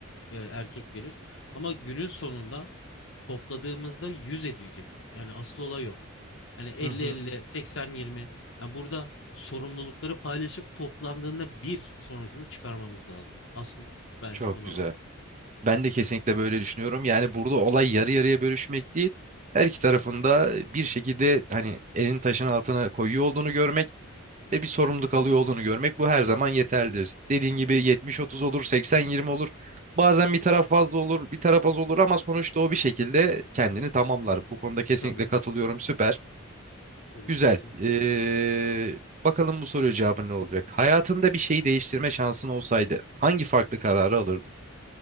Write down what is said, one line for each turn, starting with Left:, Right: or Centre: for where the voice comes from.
Left: e, erkek verir. Ama günün sonunda topladığımızda 100 edecek. Yani asıl olay o. Hani elli
Right: Hı hı.
Left: elli seksen yirmi Yani burada sorumlulukları paylaşıp toplandığında bir sonucunu çıkarmamız lazım. Asıl bence
Right: Çok
Left: buna
Right: güzel.
Left: bağlı.
Right: Ben de kesinlikle böyle düşünüyorum. Yani burada olay yarı yarıya bölüşmek değil. Her iki tarafında bir şekilde hani elini taşın altına koyuyor olduğunu görmek ve bir sorumluluk alıyor olduğunu görmek bu her zaman yeterlidir. Dediğin gibi 70-30 olur, 80-20 olur. Bazen bir taraf fazla olur, bir taraf az olur ama sonuçta o bir şekilde kendini tamamlar. Bu konuda kesinlikle
Left: Tabii ki.
Right: katılıyorum. Süper.
Left: Tabii
Right: Güzel.
Left: ki kesinlikle.
Right: Ee, bakalım bu soruya cevabın ne olacak? Hayatında bir şeyi değiştirme şansın olsaydı hangi farklı kararı alırdın?